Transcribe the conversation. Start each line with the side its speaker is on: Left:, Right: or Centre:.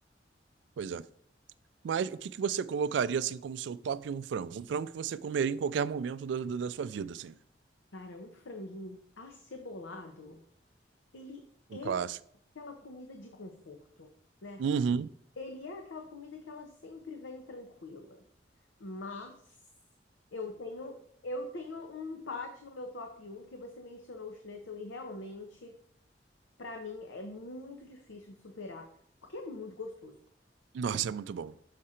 Right: Pois é. Mas o que que você colocaria, assim, como seu top um frango? Um frango que você comeria em qualquer momento da, da, da sua vida, assim.
Left: Cara, um franguinho acebolado, ele
Right: Um
Left: é
Right: clássico.
Left: aquela comida de conforto, né?
Right: Uhum.
Left: Ele é aquela comida que ela sempre vem tranquila. Mas eu tenho eu tenho um empate no meu top um porque você mencionou o Schnitzel e realmente, pra mim, é muito difícil de superar, porque é muito gostoso.
Right: Nossa, é muito bom.